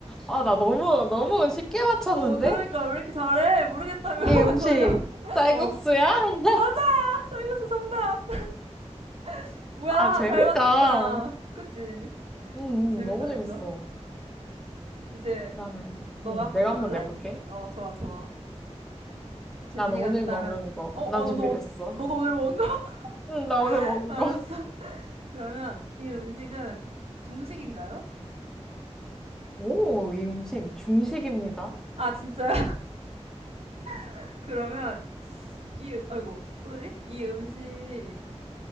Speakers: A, in the centre; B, on the right (about 60°).
A: 아, 나 너무, 너무 쉽게 맞췄는데?
B: 어, 그러니까 왜 이렇게 잘해? 모르겠다며,
A: 이
B: <laughs>
A: 음식
B: 전혀. <laughs>
A: 쌀국수야?
B: 어.
A: <laughs>
B: 맞아! 쌀국수 정답! <laughs> 뭐야,
A: 아, 재밌다.
B: 잘 맞췄다.
A: 응,
B: 그치?
A: 응,
B: 재밌다니까?
A: 너무 재밌어.
B: 이제
A: 그러면,
B: 너가
A: 응,
B: 한번
A: 내가
B: 내볼래?
A: 한번 내볼게.
B: 어, 좋아, 좋아. 준비가
A: 난 오늘
B: 됐다면,
A: 먹은 거.
B: 어, 어,
A: 난
B: 너도,
A: 준비됐어.
B: 오- 너도 오늘 먹은 거?
A: 응, 나 오늘
B: <laughs>
A: 먹은
B: 알았어.
A: 거. <laughs>
B: 그러면 이 음식은 중식인가요?
A: 오, 이 음식 중식입니다.
B: 아, 진짜요? <laughs> 그러면 이, 아이고, 쏘리? 이 음식에